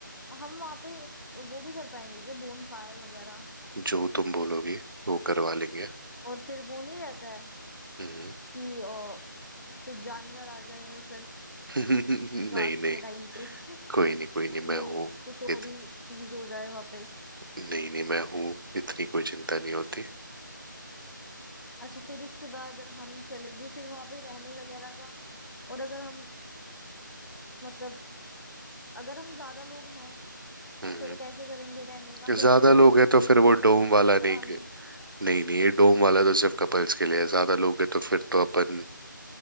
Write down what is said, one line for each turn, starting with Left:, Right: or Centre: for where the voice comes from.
Left: हम वहाँ पे वो भी कर पाएंगे क्या बोन फायर वगैरह
Right: जो तुम बोलोगे वो करवा लेंगे
Left: और फिर वो नहीं रहता है
Right: हम्म।
Left: कि अ, कुछ जानवर आ जाए या फिर
Right: <laughs> नहीं
Left: रात
Right: नहीं
Left: के टाइम पे <laughs>
Right: कोई नहीं कोई नहीं
Left: वो
Right: मैं हूँ
Left: कुछ और
Right: इत...
Left: ही चीज हो जाए वहाँ पे
Right: नहीं नहीं मैं हूँ इतनी कोई चिंता नहीं होती
Left: अच्छा फिर उसके बाद हम चलेंगे फिर वहाँ पे रहने वगैरह का और अगर हम मतलब अगर हम ज्यादा लोग हैं
Right: हम्म
Left: फिर कैसे करेंगे रहने का
Right: ज्यादा
Left: फिर तो एयरबीएनबी
Right: लोग हैं तो फिर वो
Left: लेना
Right: डोम वाला
Left: पड़ेगा
Right: नहीं
Left: हमने
Right: नहीं नहीं ये डोम वाला तो सिर्फ कपल्स के लिए है ज्यादा लोग हैं तो फिर तो अपन